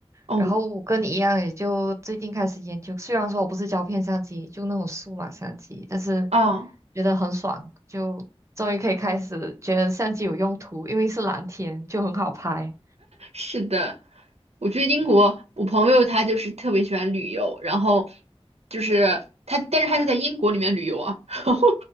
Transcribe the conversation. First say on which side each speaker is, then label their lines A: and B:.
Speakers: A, on the right; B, on the right.
A: 哦
B: 然后我跟你一样，也就最近开始研究。虽然说我不是胶片相机，就那种数码相机，但是
A: 啊，
B: 觉得很爽，就终于可以开始觉得相机有用途，因为是蓝天，就很好拍。
A: 是的，我觉得英国，我朋友他就是特别喜欢旅游，然后就是他，但是他是在英国里面旅游啊。<laughs> 然后